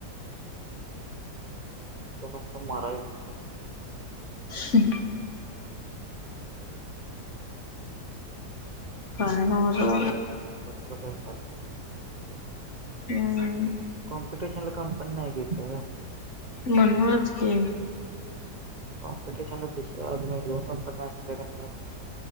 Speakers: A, on the right; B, on the left.
A: पत मारायच.
B: स काय न होज <inaudible>
A: दुसरं काय कार <inaudible>
B: हम्म
A: कॉम्पिटिशन ला कम पण नाही गेत.
B: म्हणूनच की
A: कॉम्पिटिशन ला दुसर आन कंपनी असते का नाही.